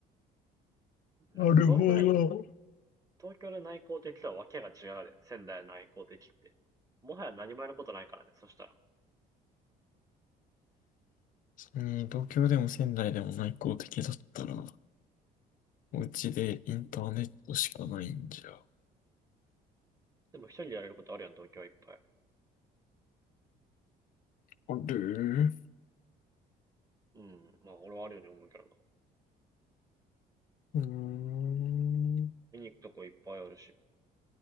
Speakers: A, on the right; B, on the left.
A: なんか東京で、
B: なるほど。
A: 東京で内向的とはわけが違うで、仙台の内向的って。もはや何もやることないからね、そしたら。
B: に東京でも仙台でも内向的だったら、お家でインターネットしかないんじゃ。
A: でも一人でやれることあるやん、東京はいっぱい。
B: ある
A: うん、まあ俺はあるように思うけどな。
B: うーん。
A: 見に行くとこいっぱいあるし、